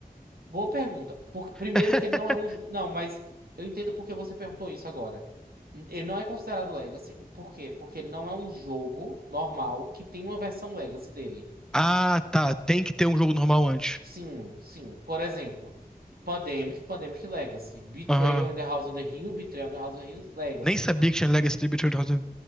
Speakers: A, on the right; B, in the centre.
A: Boa pergunta. Por... Primeiro
B: <laughs>
A: que ele não é um. Não, mas eu entendo porque você perguntou isso agora. Ele não é considerado Legacy, por quê? Porque ele não é um jogo normal que tem uma versão Legacy dele.
B: Ah, tá. Tem que ter um jogo normal antes.
A: Sim, sim. Por exemplo, Pandemic, Pandemic Legacy. Betrayal
B: Aham.
A: in the House on the Hill, Betrayal in the House on the Hill, Legacy.
B: Nem sabia que tinha Legacy Tributary. House.